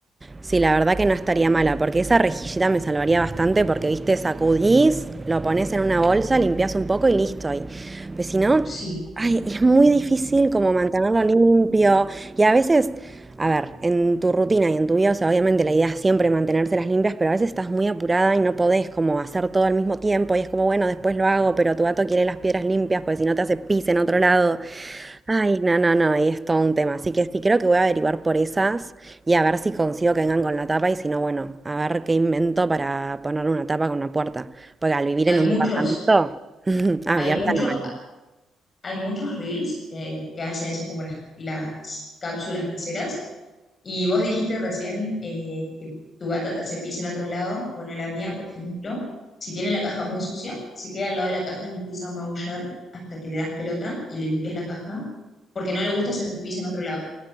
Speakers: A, on the right; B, on the left.
A: Sí, la verdad que no estaría mala, porque esa rejillita me salvaría bastante, porque viste, sacudís, lo pones en una bolsa, limpias un poco y listo. Y, pues si no,
B: Sí,
A: ay, es muy difícil como mantenerlo limpio. Y a veces, a ver, en tu rutina y en tu vida, o sea, obviamente la idea es siempre mantenérselas limpias, pero a veces estás muy apurada y no podés como hacer todo al mismo tiempo. Y es como, bueno, después lo hago, pero tu gato quiere las piedras limpias, porque si no te hace pis en otro lado. Ay, no, no, no, ahí es todo un tema. Así que sí, creo que voy a averiguar por esas y a ver si consigo que vengan con la tapa y si no, bueno, a ver qué invento para poner una tapa con una puerta. Porque al vivir
B: hay
A: en
B: muchos.
A: un departamento, <laughs> abierta
B: Hay muchos
A: no manera.
B: hay muchos reels que, que hacen eso como las, las cápsulas caseras. Y vos dijiste recién eh, que tu gata te hace pis en otro lado. Bueno, la mía, por ejemplo, si tiene la caja muy sucia, se queda al lado de la caja y empieza a maullar hasta que le das pelota y le limpias la caja, porque no le gusta hacer pis en otro lado.